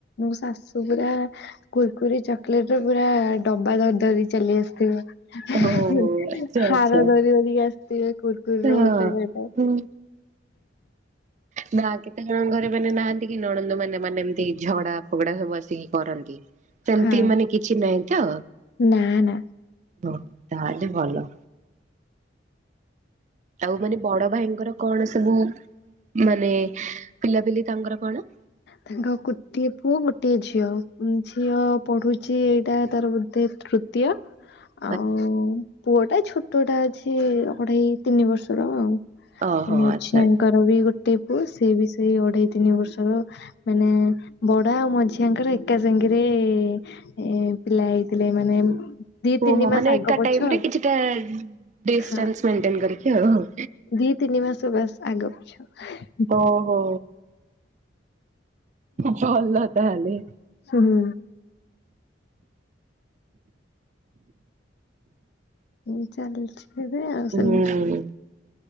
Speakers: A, on the left (about 60°); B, on the right (about 40°).
A: ମୋ ଶାଶୁ ପୁରା କୁୁରୁକୁରି ଚକଲେଟ ର ପୁରା ଡବା ଧର ଧରି ଚାଲି ଆସିଥିବେ
B: ଓହୋ ଆଚ୍ଛା
A: ହାର
B: ଆଚ୍ଛା
A: ଧରି ଧରିକି ଆସିଥିବେ କୁୁରୁକୁୁରି ର
B: ହଁ।
A: ଗୋଟେ ଗୋଟେ
B: ହୁଁ ନା କେତେ ଜଣ ଘରେ ମାନେ ନାହାନ୍ତି କି ନଣନ୍ଦ ମାନେ ମାନେ ଏମିତି ଝଗଡା ଫଗଡା ସବୁ ଆସିକି କରନ୍ତି ସେମିତି
A: ହଁ
B: ମାନେ କିଛି ନାହିଁ ତ?
A: ନା ନା
B: ତ ତାହେଲେ ଭଲ। ଆଉ ମାନେ ବଡ ଭାଇଙ୍କର କଣ ସବୁ ମାନେ ପିଲାପିଲି ତାଙ୍କର କଣ?
A: ତାଙ୍କ ଗୋଟିଏ ପୁଅ ଗୋଟିଏ ଝିଅ, ଝିଅ ପଢୁଛି ଏଇଟା ତାର ବୋଧେ ତୃତୀୟ।
B: <inaudible>
A: ଆଉ ପୁଅ ଟା ଛୋଟଟା ଅଛି ଅଢେଇ ତିନି ବର୍ଷର ଆଉ।
B: ଓହୋ
A: ଆଉ ମଝିଆଙ୍କର
B: ଆଚ୍ଛା।
A: ବି ଗୋଟେ ପୁଅ ସିଏ ବି ସେଇ ଅଢେଇ ତିନି ବର୍ଷର ମାନେ ବଡ ଆଉ ମଝିଆଙ୍କର ଏକା ସାଙ୍ଗେରେ ଏ ପିଲା ହେଇଥିଲେ ମାନେ ଦି
B: ଓହୋ
A: ତିନି ମାସ
B: ମାନେ
A: ଆଗ
B: ଏକା
A: ପଛ
B: ଟାଇମ୍ କିଛିଟା ଡିଷ୍ଟାନ୍ସ
A: ହଁ
B: ମେଣ୍ଟେନ କରିକି ଆଉ।
A: ଦି ତିନି ମାସ ବାସ୍ ଆଗ ପଛ।
B: ଓହୋ। ଭଲ ତାହେଲେ
A: ହୁଁ। ହୁଁ ଚାଲିଛି। ଏବେ ଆଉ
B: ହୁଁ।
A: ସେମିତି